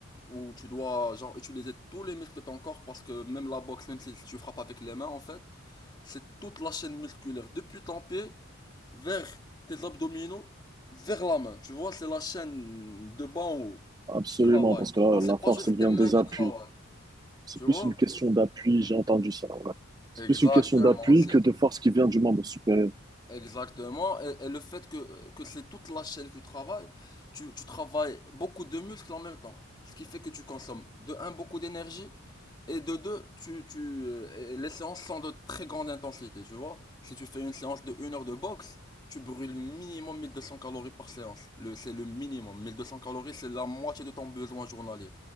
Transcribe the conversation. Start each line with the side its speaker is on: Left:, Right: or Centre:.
Left: où tu dois, genre, utiliser tous les muscles de ton corps parce que même la boxe, même si tu frappes avec les mains, en fait, c'est toute la chaîne musculaire depuis ton pied vers tes abdominaux, vers la main. Tu vois, c'est la chaîne de bas en haut
Right: Absolument,
Left: qui travaille.
Right: parce que là,
Left: Donc
Right: la
Left: c'est
Right: force,
Left: pas juste
Right: elle vient
Left: tes mains
Right: des
Left: qui
Right: appuis.
Left: travaillent.
Right: C'est
Left: Tu vois?
Right: plus une question d'appui, j'ai entendu ça, ouais. C'est
Left: Exactement,
Right: plus une question d'appui
Left: c'est
Right: que de force qui vient du membre supérieur.
Left: Exactement. Et, et le fait que, que c'est toute la chaîne que tu travailles, tu, tu travailles beaucoup de muscles en même temps. Ce qui fait que tu consommes de un beaucoup d'énergie et de deux, tu, tu, euh, les séances sont de très grande intensité, tu vois. Si tu fais une séance de une heure de boxe, tu brûles minimum 1200 calories par séance. Le, c'est le minimum. mille deux cents calories, c'est la moitié de ton besoin journalier.